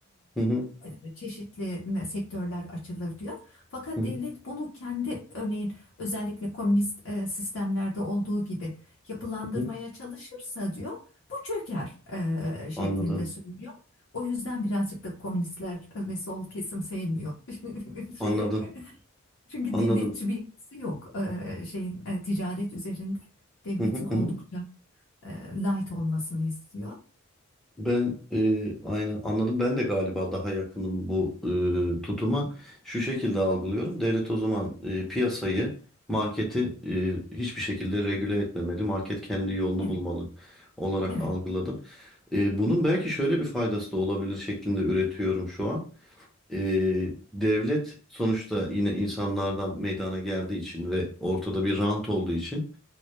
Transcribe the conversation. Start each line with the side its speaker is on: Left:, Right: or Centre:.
Centre: hı hı,
Left: e, çeşitli sektörler açılır diyor. Fakat
Centre: hı hı,
Left: devlet bunu kendi örneğin özellikle komünist e, sistemlerde olduğu gibi yapılandırmaya
Centre: hı hı.
Left: çalışırsa diyor bu çöker e, şeklinde
Centre: Anladım.
Left: söylüyor. O yüzden birazcık da komünistler ve sol kesim sevmiyor <laughs>
Centre: Anladım.
Left: şeyi. Çünkü
Centre: Anladım.
Left: devletçi bir yapısı yok e, şeyin e, ticaret üzerinde. Devletin
Centre: Hı hı,
Left: oldukça
Centre: hı hı.
Left: e, light olmasını istiyor.
Centre: Ben e, aynı anladım. Ben de galiba daha yakınım bu e, tutuma. Şu şekilde algılıyorum. Devlet o zaman e, piyasayı, marketi e, hiçbir şekilde regüle etmemeli. Market kendi yolunu
Left: Evet,
Centre: bulmalı olarak
Left: evet,
Centre: algıladım. E, bunun belki şöyle bir faydası da olabilir şeklinde üretiyorum şu an. E, devlet sonuçta yine insanlardan meydana geldiği için ve ortada bir rant olduğu için